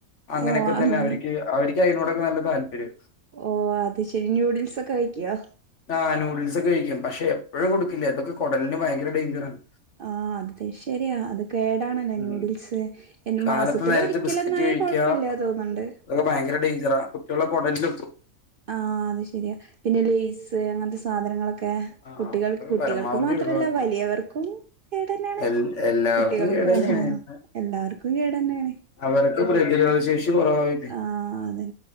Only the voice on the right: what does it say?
ഓ
അങ്ങനെ
ഓ അത് ശെരി ന്യൂഡിൽസ് ഒക്കെ വെക്കുവോ
ആഹ് അത് ശരിയാ അത് കേടാണല്ലേ
ന്യൂഡിൽസ് എ
മാസത്തില്ഒരിക്കല്
ഒ ന്നായ
കൊഴപ്പില്ല തോന്നുന്നുണ്ട്
ആഹ് അത് ശരിയാ പിന്നെ ലേസ് അങ്ങനത്തെ സാധനങ്ങളൊക്കെ ക്കെ
കുട്ടികൾ
കുട്ടികൾക്ക്
മാത്രല്ല
വലിയവർക്കും കേടന്നെയാണ്
കുട്ടികൾക്കും
ആഹ എല്ലാർക്കും കേട തന്നെയാണ്
ആഅതന്നെ